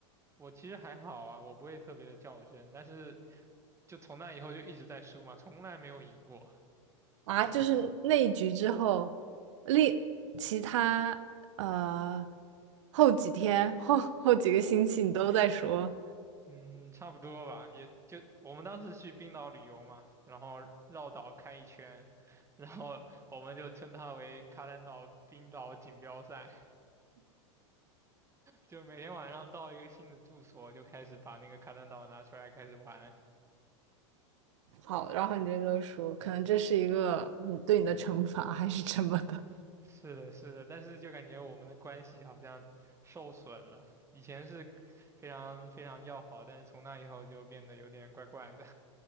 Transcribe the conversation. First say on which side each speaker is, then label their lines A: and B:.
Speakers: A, on the right; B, on the right.
A: 我其实还好啊，我不会特别的较真，但是就从那以后就一直在输嘛，从来没有赢过。
B: 啊。就是那一局之后，另其他呃后几天后后几个星期你都在说。
A: 嗯，差不多吧，也就我们当时去冰岛旅游嘛，然后绕岛开一圈，然后我们就称它为卡坦岛冰岛锦标赛。就每天晚上到一个新的住所，就开始把那个卡坦岛拿出来开始玩。
B: 好，然后你这就说，可能这是一个你对你的惩罚还是什么的。
A: 是的，是的，但是就感觉我们的关系好像受损了。以前是非常非常要好，但是从那以后就变得有点怪怪的。